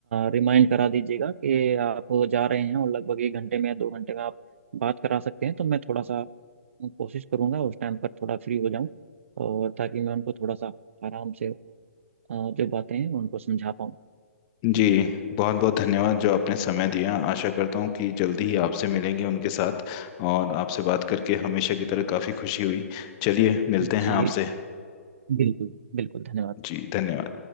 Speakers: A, on the right; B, on the left.
A: रिमाइंड करा दीजिएगा कि आप जा रहे हैं और लगभग एक घंटे में या दो घंटे में आप बात करा सकते हैं तो मैं थोड़ा सा कोशिश करूंगा उस टाइम पर थोड़ा फ्री हो जाऊं और ताकि मैं उनको थोड़ा सा आराम से अ, जो बातें हैं उनको समझा पाऊँ
B: जी बहुत बहुत धन्यवाद जो आपने समय दिया आशा करता हूँ कि जल्दी ही आपसे मिलेंगे उनके साथ और आपसे बात करके हमेशा की तरह काफ़ी खुशी हुई चलिए मिलते हैं
A: जी
B: आपसे
A: बिल्कुल बिल्कुल धन्यवाद
B: जी धन्यवाद